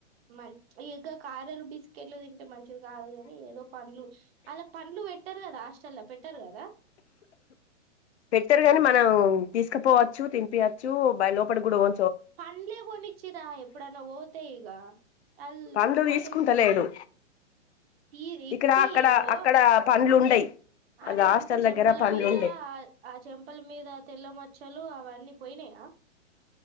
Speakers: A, on the right; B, on the left.
A: మాల్ ప్చ్ ఎగక్ కారలు, బిస్కెట్లు తింటే మంచిది కాదు కాని. ఏదో పండ్లు అలాక్ పండ్లు పెట్టారు కదా. హస్టల్ల్ల పెడ్ టార్ గదా.
B: పెట్టారు గాని. మనం తీసుకుపోవచ్చు, తినిపియచ్చు, బయ్ లోపటికి గూడా వో
A: పండ్లే కొనిచ్చరా. ఎప్పుడన్నా పోతే ఇగ అల్
B: పండ్లు తీసుకుంటలేడు
A: అసల్ ఈ తెప్పి
B: ఇక్కడ
A: య్
B: అక్కడ
A: ఇగో
B: అక్కడ పండ్లు ఉండయి
A: ఆయనకంత
B: వాళ్ళ హాస్టల్
A: చెంపల
B: దగ్గర పండ్లు
A: మీద,
B: ఉండయి
A: ఆ ఆ చంపల మీద తెల్ల మచ్ క్షలో అవన్నీ పోయినాయా.